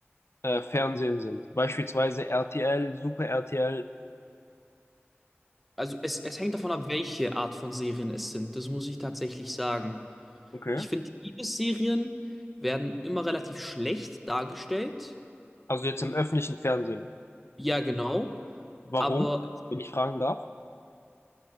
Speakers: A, on the left; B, in the centre.
A: äh, Fernsehen sind. Beispielsweise RTL, Super RTL.
B: Also es, es hängt davon ab, welche Art von Serien es sind. Das muss ich tatsächlich sagen.
A: Okay.
B: Ich finde, Liebesserien werden immer relativ schlecht dargestellt.
A: Also jetzt im öffentlichen Fernsehen.
B: Ja, genau.
A: Warum,
B: Aber
A: wenn ich fragen darf?